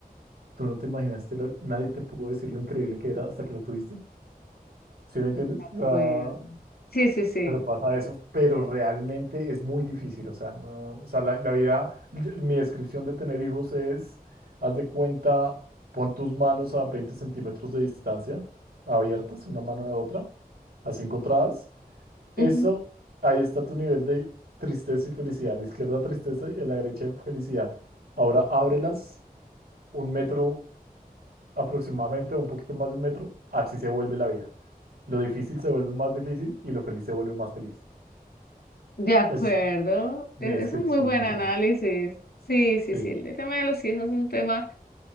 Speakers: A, on the right; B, on the left.
A: tú no te imaginaste, lo- nadie te pudo decir lo increíble que era hasta que lo tuviste. ¿Sí me entiendes?
B: acuerdo.
A: O sea,
B: Sí, sí, sí.
A: Pero pasa eso, pero realmente es muy difícil, o sea, no, o sea, la, la vida, yo- mi descripción de tener hijos es, haz de cuenta, pon tus manos a 20 centímetros de distancia, abiertas, una mano de otra, así encontradas, eso,
B: Ujú.
A: ahí está tu nivel de tristeza y felicidad, a la izquierda tristeza y a la derecha felicidad. Ahora ábrelas un metro aproximadamente, un poquito más de un metro, así se vuelve la vida. Lo difícil se vuelve más difícil y lo feliz se vuelve más feliz.
B: De acuerdo,
A: Eso es mi
B: e-
A: descripción
B: es un muy buen
A: más
B: análisis.
A: o menos.
B: Sí, sí,
A: Sí,
B: sí, el tema de los hijos es un tema